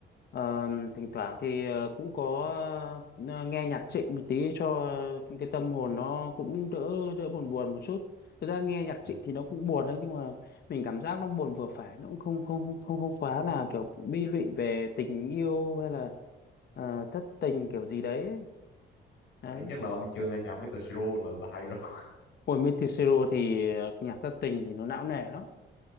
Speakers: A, on the left (about 55°); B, on the left (about 80°).
A: Ờ, thỉnh thoảng thì ờ, cũng có ờ, nghe nhạc Trịnh một tí cho cái tâm hồn nó cũng đỡ đỡ buồn buồn một chút thực ra nghe nhạc
B: ừ.
A: Trịnh thì nó cũng buồn đấy nhưng mà mình cảm giác nó buồn vừa phải nó cũng không không không không, không quá là kiểu bi lụy về tình yêu hay là ờ, thất tình kiểu gì đấy đấy
B: Ờ, nhất là ông chưa nghe nhạc Mr. Siro là, là hay rồi <laughs>
A: của Mitisuo thì ờ, nhạc thất tình thì nó não nề lắm